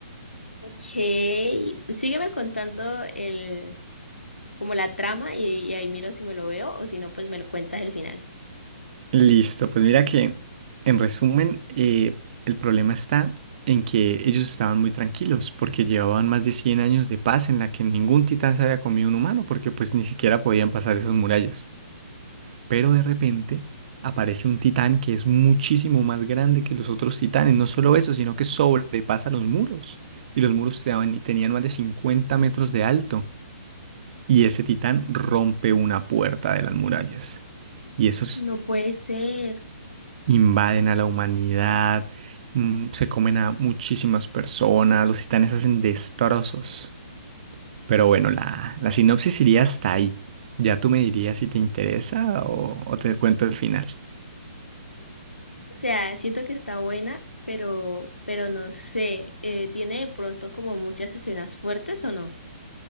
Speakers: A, on the left; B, on the right.
A: Ok, sígueme contando el, como la trama y, y ahí miro si me lo veo o si no, pues me lo cuentas el final.
B: Listo, pues mira que en resumen eh, el problema está en que ellos estaban muy tranquilos porque llevaban más de 100 años de paz en la que ningún titán se había comido un humano porque pues ni siquiera podían pasar esas murallas. Pero de repente aparece un titán que es muchísimo más grande que los otros titanes, no solo eso, sino que sobrepasa los muros y los muros teaban- tenían más de 50 metros de alto y ese titán rompe una puerta de las murallas. Y eso
A: No puede ser.
B: invaden a la humanidad, mm, se comen a muchísimas personas, los titanes hacen destrozos. Pero bueno, la, la sinopsis iría hasta ahí. Ya tú me dirías si te interesa o, o te cuento el final.
A: O sea, siento que está buena, pero, pero no sé, eh, ¿tiene de pronto como muchas escenas fuertes o no?